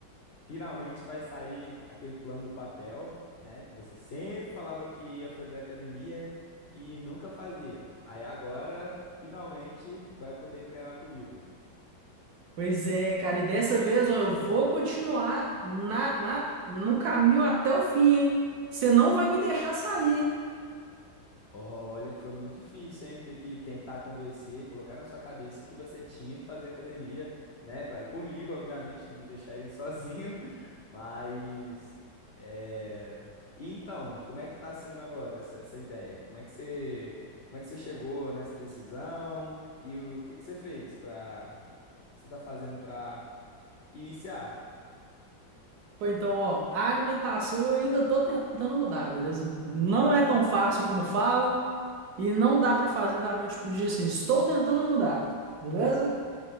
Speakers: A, on the left; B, on the right.
A: Finalmente vai sair aquele plano do papel, né? Que você sempre falava que ia fazer academia e nunca fazia. Aí agora, finalmente, vai poder treinar comigo.
B: Pois é, cara, e dessa vez, ó, eu vou continuar na, na, no caminho até o fim, hein? Você não vai me deixar sair, hein?
A: Olha que foi muito difícil, hein? Ter que tentar convencer, colocar na sua cabeça que você tinha que fazer academia, né? Pra ir comigo, obviamente, não me deixar indo sozinho. <laughs> Mas. É... E então, como é que tá sendo agora essa, essa ideia? Como é que você, como é que você chegou nessa decisão? E o que que você fez pra. O que você tá fazendo pra iniciar?
B: Pô, então, ó, a alimentação eu ainda tô tentando mudar, beleza? Não é tão fácil como falam e não dá pra fazer da noite pro dia assim. Estou tentando mudar, beleza?